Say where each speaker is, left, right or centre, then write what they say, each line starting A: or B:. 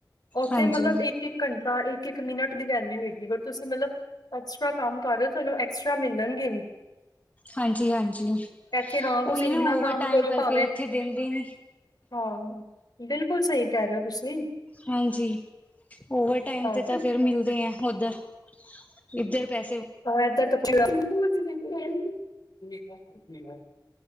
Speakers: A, on the left; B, on the left.
A: ਉੱਥੇ
B: ਹਾਂਜੀ
A: ਮਤਲਬ ਇੱਕ ਇੱਕ ਘੰਟਾ ਇੱਕ ਇੱਕ ਮਿੰਟ ਦੀ ਵੈਲਉ ਹੋਏਗੀ ਪਰ ਤੁਸੀਂ ਮਤਲਬ ਐਕਸਟਰਾ ਕੰਮ ਕਰ ਰਹੇ ਹੋ ਤੁਹਾਨੂੰ ਐਕਸਟਰਾ ਮਿਲਣਗੇ ਵੀ।
B: ਹਾਂਜੀ, ਹਾਂਜੀ।
A: ਇੱਥੇ ਹਾਂ ਤੁਸੀਂ
B: ਉਹੀ ਨਾ
A: ਇੰਨਾ
B: ਓਵਰ
A: ਕੰਮ
B: ਟਾਈਮ
A: ਕਰੋ
B: ਕਰਕੇ
A: ਭਾਵੇਂ
B: ਇੱਥੇ ਦਿੰਦੇ ਨੀ।
A: ਹਾਂ ਬਿਲਕੁਲ ਸਹੀ ਕਹਿ ਰਹੇ ਹੋ ਤੁਸੀਂ।
B: ਹਾਂਜੀ ਓਵਰ ਟਾਈਮ
A: ਹਾਂ
B: ਤੇ ਤਾਂ ਫੇਰ ਮਿਲਦੇ ਆ ਉਧਰ। ਇੱਧਰ ਪੈਸੇ
A: ਅਜੇ ਤੱਕ ਤੇ <unintelligible>